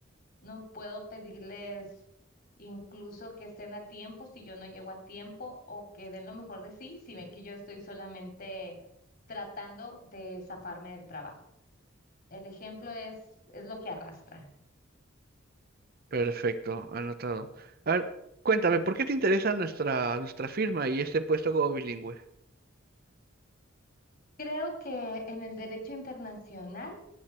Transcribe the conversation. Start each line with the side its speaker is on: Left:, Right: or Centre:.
Left: No puedo pedirles incluso que estén a tiempo si yo no llego a tiempo o que den lo mejor de sí si ven que yo estoy solamente tratando de zafarme del trabajo. El ejemplo es, es lo que arrastra.
Right: Perfecto, anotado. A ver, cuéntame, ¿por qué te interesa nuestra, nuestra firma y este puesto como bilingüe?
Left: Creo que en el derecho internacional